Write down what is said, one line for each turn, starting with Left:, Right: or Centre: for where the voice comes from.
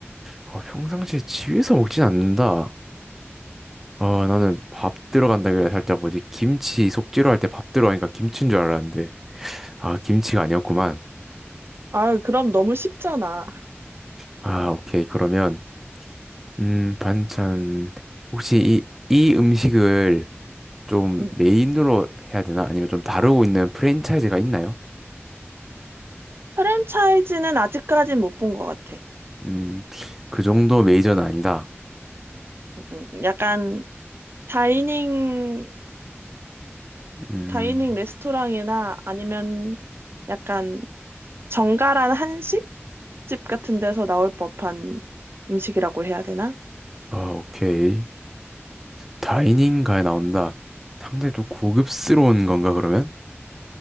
Centre: 아, 평상시에 집에서 먹진 않는다. 아, 나는 밥 들어간다길래 살짝 뭐지? 김치 속재료 할 때 밥 들어가니까 김치인 줄 알았는데. 아, 김치가 아니었구만.
Right: 아유, 그럼 너무 쉽잖아.
Centre: 아, 오케이. 그러면, 음, 반찬. 혹시 이, 이 음식을 좀
Right: 음.
Centre: 메인으로 해야 되나? 아니면 좀 다루고 있는 프랜차이즈가 있나요?
Right: 프랜차이즈는 아직까진 못 본 것 같아.
Centre: 음, 그 정도 메이저는 아니다.
Right: 음, 음. 약간 다이닝,
Centre: 음,
Right: 다이닝 레스토랑이나 아니면 약간 정갈한 한식집 같은 데서 나올 법한 음식이라고 해야 되나?
Centre: 아, 오케이. 다이닝가에 나온다. 상당히 좀 고급스러운 건가, 그러면?